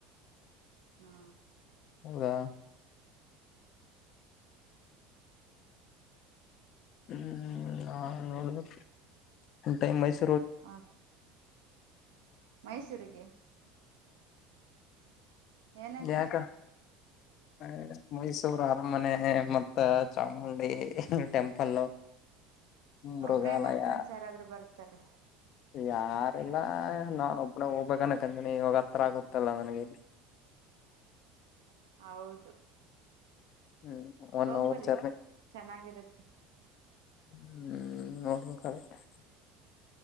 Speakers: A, on the right; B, on the left.
A: ಹಾ
B: ಹೌದಾ ಹ್ಮ್ ನಾ ನೋಡಬೇಕ ಟೂ <unintelligible> ಟೈಮ್ ಮೈಸ್
A: ಹಾ ಮೈಸೂರಿಗೆ ಏನಕ್ಕೆ
B: ಯಕ ವ ಮೈಸೂರ್ ಆರ್ <unintelligible> ಮನೆ ಮತ್ತೆ ಚಾಮುಂಡಿ ಟೆಂಪಲ್ ಮೃಗಾಲಯ
A: ಒಬ್ರೇನಾ ಫ್ರೆಂಡ್ಸ್ ಯಾರಾದ್ರೂ ಬರ್ತಾರೆ
B: ಯಾರಿಲ್ಲ ನಾನು ಒಬ್ಬನ ಹೋಗ್ ಬಗನ <unintelligible> ಕಂದನಿ ಇವಾಗ ಹತ್ರ ಆಗುತ್ತಲ್ಲ ನನಗೆ ಇಲ್ಲಿ
A: ಹೌದು
B: ಹ್ಮ್ ಒನ್
A: ಹೋಗ್ಬರಿ
B: ಅವರ್ ಜರ್ನಿ
A: ಚೆನ್ನಾಗಿರುತ್ತ
B: ಹ್ಮ <unintelligible>